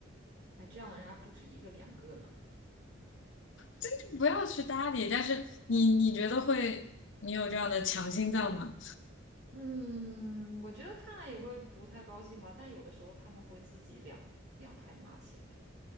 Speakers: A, on the right; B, on the left.
A: 哎，这样的人还不止一个两个呢。
B: 真的不要去搭理。但是你你觉得会，你有这样的强心脏吗？
A: 嗯，我觉得看了也会不太高兴吧，但有的时候他们会自己两两派骂起来。